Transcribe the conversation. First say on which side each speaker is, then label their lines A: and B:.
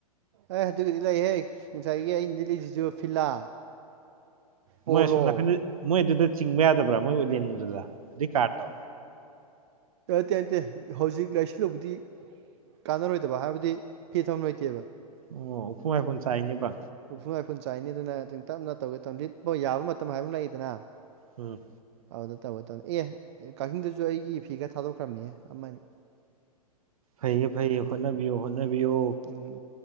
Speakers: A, on the right; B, on the right.
A: ꯑꯦ ꯑꯗꯨꯒꯤꯗꯤ ꯂꯩꯍꯦ ꯉꯁꯥꯏꯒꯤ ꯑꯩꯅꯗꯤ ꯂꯩꯁꯤꯁꯨ ꯐꯤꯂꯥ ꯄꯣꯂꯣ
B: ꯃꯣꯏ ꯑꯁꯣꯝ ꯅꯥꯀꯟꯗ ꯃꯣꯏ ꯑꯗꯨꯗ ꯆꯤꯡꯕ ꯌꯥꯗꯕ꯭ꯔꯥ ꯃꯣꯏ ꯎꯠꯂꯦꯟꯅꯤꯡꯗꯨꯗ ꯑꯗꯨꯏ ꯀꯥꯔꯠꯇꯣ
A: ꯇꯦ ꯅꯠꯇꯦ ꯍꯧꯖꯤꯛ ꯂꯩꯥꯏꯁꯤꯜꯂꯨꯕꯗꯤ ꯀꯥꯟꯅꯔꯣꯏꯗꯕ ꯍꯥꯏꯕꯗꯤ ꯐꯤ ꯊꯝ ꯂꯩꯣꯏꯇꯦꯕ
B: ꯑꯣ ꯎꯐꯨ ꯍꯥꯏꯐꯨ ꯆꯥꯏꯅꯦꯕ
A: ꯍꯐꯨ ꯃꯏꯐꯨꯟ ꯆꯥꯏꯅꯤ ꯑꯗꯨꯅ ꯑꯗꯨ ꯇꯞꯅ ꯇꯧꯒꯦ ꯇ ꯂꯤꯠꯄꯣ ꯌꯥꯕ ꯃꯇꯝ ꯍꯥꯏꯕ ꯑꯃ ꯂꯥꯛꯏꯗꯅ
B: ꯎꯝ
A: ꯑꯗꯨꯗ ꯇꯧꯒ ꯇꯧꯅꯤ ꯑꯦ ꯀꯛꯆꯤꯡꯗꯁꯨ ꯑꯩꯒꯤ ꯐꯤꯒ ꯊꯥꯗꯣꯛꯈ꯭ꯔꯕꯅꯦ ꯑꯃꯅꯤ
B: ꯐꯩꯌꯦ ꯐꯩꯌꯦ ꯍꯣꯠꯅꯕꯤꯌꯣ ꯍꯣꯠꯅꯕꯤꯌꯣ
A: ꯎꯝ